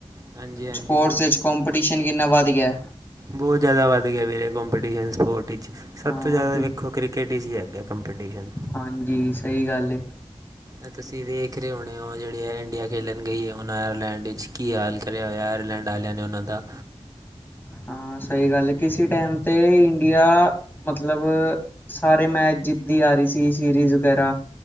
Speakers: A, on the right (about 30°); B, on the left (about 20°).
A: ਹਾਂਜੀ ਹਾਂਜੀ
B: ਸਪੋਟਸ ਵਿਚ ਕੋੰਪੀਟੀਸ਼ਨ ਕਿਨਾ ਵੱਧ ਗਿਆ।
A: ਬੋਤ ਜਾਦਾ ਵੱਧ ਗੇਆ ਵੀਰੇ ਕੋਂਪੀਟੀਸ਼ਨ ਸਪੋਰਟ ਵਿੱਚ, ਸਭ
B: ਹਾਂ
A: ਤੋਂ ਜਾਦਾ ਵੇਖੋ ਕ੍ਰੀ ਕੇਟ ਇਚ ਹੀ ਹੈਗਾ ਕੰਪੀਡਿਸ਼ਨ।
B: ਹਾਂਜੀ ਸਹੀ ਗੱਲ ਏ।
A: ਏ ਤੁਸੀ ਵੇਖ ਰਏ ਹੋਨੇ ੳ ਜੇੜੀ ਐ ਇੰਡੀਆ ਖੇਲਣ ਗਈ ਏ ਹੁਨ ਆਏਰਲੈਂਡ ਵਿੱਚ, ਕੀ ਹਾਲ ਕਰੇਆ ਹੋਏਆ ਆਏਰਲੈਂਡ ਆਲੇਆ ਨੇ ੳਨਾ ਦਾ।
B: ਹਾਂ ਸਹੀ ਗੱਲ ਏ। ਕਿਸੇ ਟਾਈਮ ਤੇ ਇੰਡੀਆ ਮਤਲਬ ਸਾਰੇ ਮੈਚ ਜਿੱਤਦੀ ਆ ਰਈ ਸੀ ਸੀਰੀਜ਼ ਵਗੈਰਾ